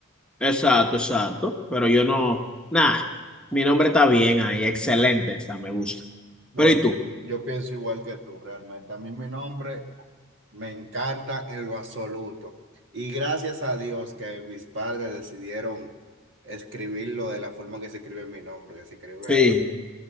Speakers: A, in the centre; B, on the right.
A: Exacto, exacto. Pero yo no, nada, mi nombre está bien ahí, excelente está, me gusta.
B: Bueno,
A: Pero ¿y tú?
B: yo, yo pienso igual que tú realmente. A mí mi nombre me encanta en lo absoluto. Y gracias a Dios que mis padres decidieron escribirlo de la forma que se escribe mi nombre, que se escribe,
A: Sí,